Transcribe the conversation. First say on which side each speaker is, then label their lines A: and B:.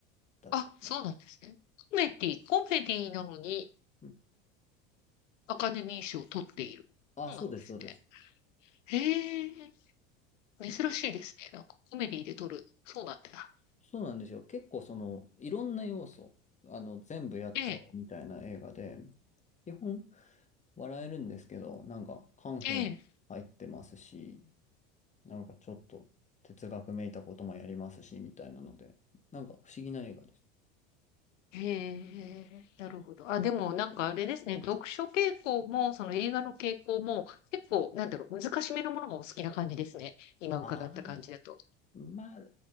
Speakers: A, on the left; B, on the left.
A: だった。
B: あ、そうなんですね。コメディ、コメディなのに
A: うん
B: アカデミー賞を取っている。
A: あ、
B: そうなんですね。
A: そうです、そうです。
B: へえ、
A: なんか、
B: 珍しいですね。なんかコメディで取る。そうなんだ。
A: そうなんですよ。結構その、いろんな要素、あの、全部やっちゃおうみたいな映画で、
B: ええ、
A: 基本笑えるんですけど、なんかカンフーも入ってますし、
B: ええ、
A: なんかちょっと哲学めいたこともやりますし、みたいなので、なんか不思議な映画です。
B: ええ、なるほど。あ、でもなんかあれですね。読書傾向も、その映画の傾向も、結構、なんだろう、難しめのものがお好きな感じですね。今伺った感じだと。
A: ああ、まあ、